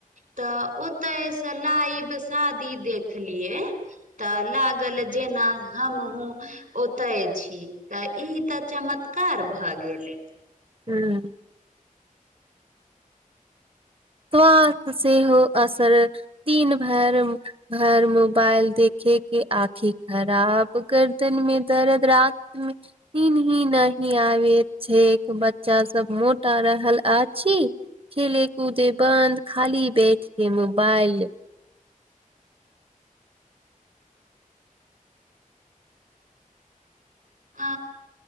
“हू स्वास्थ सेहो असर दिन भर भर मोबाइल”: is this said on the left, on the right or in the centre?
Right